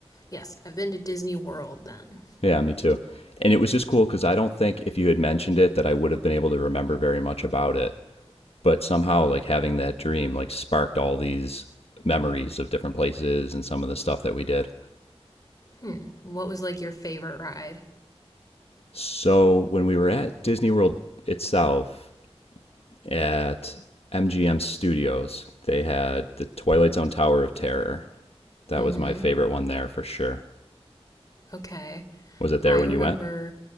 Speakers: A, on the left (about 35°); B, on the left (about 65°).
A: yes, I've been to Disney World then.
B: Yeah, me too. And it was just cool because I don't think if you had mentioned it that I would have been able to remember very much about it. But somehow, like having that dream, like sparked all these memories of different places and some of the stuff that we did.
A: Hmm, what was like your favorite ride?
B: So when we were at Disney World itself at MGM Studios, they had the Twilight Zone Tower of Terror. That
A: Mm
B: was
A: hmm,
B: my favorite one there for sure.
A: okay.
B: Was it there
A: I
B: when
A: remember,
B: you went?